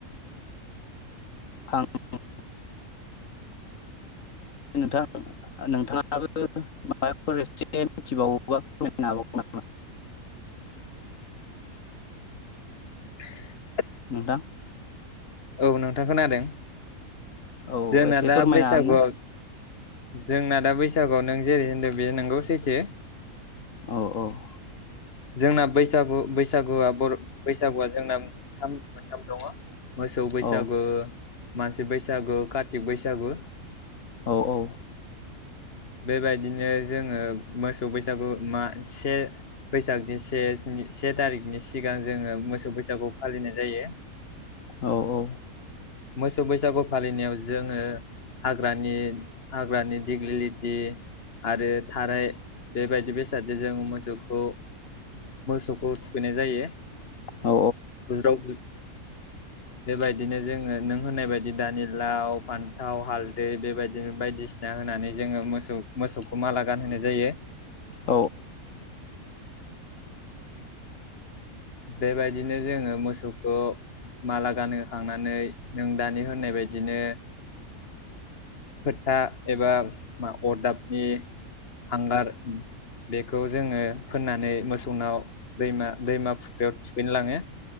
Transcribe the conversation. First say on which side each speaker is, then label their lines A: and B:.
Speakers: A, on the left (about 60°); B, on the left (about 40°).
A: <unintelligible> नोंथां नोंथाङाबो माबा फरेस्टसे मिथिबावोबा फोरमायनो हाबावगोन नामा।
B: <inaudible> <inaudible>
A: नोंथां।
B: औ नोंथां खोनादों
A: औ
B: जोंना
A: एसे फोरमायनो
B: दा बैसागुआव जोंना दा बैसागुआव नों जेरै होनदों बे नोंगौ सैथो।
A: औ औ।
B: जोंना बैसागु बैसागुआ बर' बैसागुआ जोंना मोनथाम मोनथाम दङ। मोसौ बैसागु
A: ना औ
B: मानसि बैसागु कार्तिक बैसागु।
A: औ औ।
B: बेबायदिनो जोङो मोसौ बैसागु मा से बैसागनि से से थारिखनि सिगां जोङो मोसौ बैसागुखौ फालिनाय जायो।
A: औ औ।
B: मोसौ बैसागु फालिनायाव जोङो। हाग्रानि हाग्रानि दिग्लिलिथि। आरो थाराय बेबायदि बेसादजों जों मोसौखौ मोसौखौ थुखैनाय जायो
A: औ
B: बुज्राव बु बेबायदिनो जोङो नों होननाय बायदि दानि लाव फान्थाव हालदै बेबायदिनो बायदिसि ना होनानै जोङो मोसौ मोसौखौ माला गानहोनाय जायो।
A: औ
B: बेबायदिनो जोङो मोसौखौ माला गानहोखांनानै नों दानि होननाय बाय बायदिनो फोथा एबा अरदाबनि हांगार बेखौ जोङो फोननानै मोसौनाव दैमा दैमा। याव थुखैनो लाङो।